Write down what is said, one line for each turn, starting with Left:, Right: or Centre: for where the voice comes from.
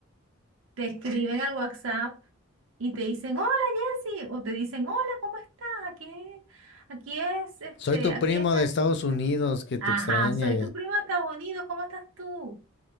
Right: Te escriben al WhatsApp y te dicen, hola Jersey, o te dicen, hola, ¿cómo estás? Aquí, es- aquí es, este,
Left: Soy tu
Right: aquí
Left: primo
Right: es la...
Left: de Estados Unidos, que te
Right: Ajá,
Left: extraña.
Right: soy tu primo de Estados Unidos, ¿cómo estás tú?